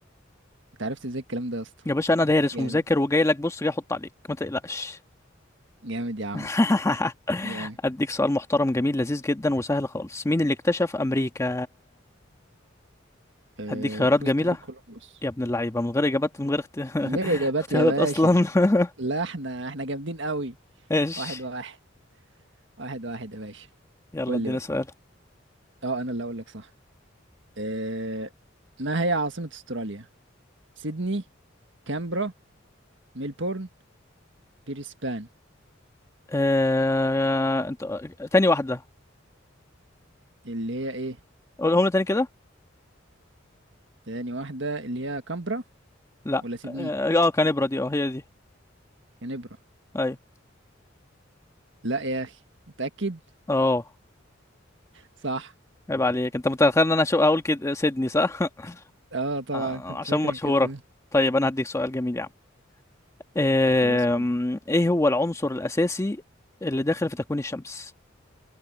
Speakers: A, on the right; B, on the left.
A: انت عرفت ازاي الكلام ده يا اسطى؟
B: يا باشا انا دارس
A: جامد
B: ومذاكر وجاي لك بص جاي احط عليك ما تقلقش
A: جامد يا عم
B: <laughs>
A: جامد
B: اديك سؤال محترم جميل لذيذ جدا وسهل خالص مين اللي اكتشف امريكا
A: آه،
B: هديك خيارات
A: كريستوفر
B: جميلة
A: كولومبوس
B: يا ابن اللعيبة من غير إجابات من غير اخت...
A: من غير
B: <laughs>
A: إجابات
B: اختيارات
A: يا باشا
B: أصلا <laughs>
A: لا احنا احنا جامدين قوي
B: ايش
A: واحد واحد واحد واحد يا باشا
B: يلا
A: قول
B: اديني
A: لي بقى
B: سؤال
A: اه انا اللي اقول لك صح آه، ما هي عاصمة استراليا؟ سيدني كامبرا ميلبورن بريسبان
B: آه... انت تاني واحدة
A: اللي هي ايه
B: قولهم لي تاني كده
A: تاني واحدة اللي هي كامبرا
B: لا
A: ولا سيدني
B: اه آه، كان ابرة دي اه هي دي
A: كانبرا
B: ايوه
A: لا يا اخي متأكد
B: اه
A: صح
B: عيب عليك انت متخيل ان انا شو اقول كده سيدني صح <laughs>
A: اه طبعا
B: آه،
A: كنت
B: عشان
A: فاكرك
B: مشهورة
A: هتقول
B: طيب انا هديك سؤال جميل يا عم آم،
A: خلاص قول
B: ايه هو العنصر الاساسي اللي داخل في تكوين الشمس